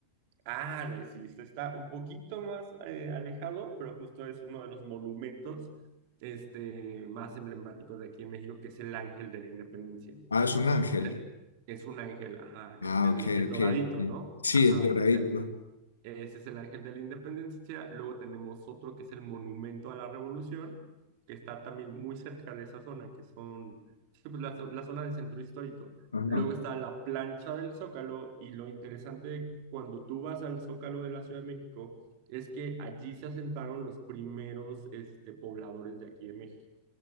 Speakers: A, on the right; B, on the left.
A: ah, de- sí, se está un poquito más eh, alejado, pero justo es uno de los monumentos este, más emblemáticos de aquí en México, que es el Ángel de la Independencia.
B: Ah, es un ángel.
A: Eh, Es un ángel, ajá,
B: Ah,
A: es el,
B: ok,
A: el
B: ok,
A: doradito,
B: sí.
A: ¿no?
B: Sí,
A: Ajá,
B: el doradito.
A: es el Ese es el Ángel de la Independencia. Luego tenemos otro que es el Monumento a la Revolución, que está también muy cerca de esa zona, que son sí, pues, la, la zona del centro histórico.
B: Ajá.
A: Luego está la plancha del Zócalo y lo interesante cuando tú vas al Zócalo de la Ciudad de México es que allí se asentaron los primeros este, pobladores de aquí de México.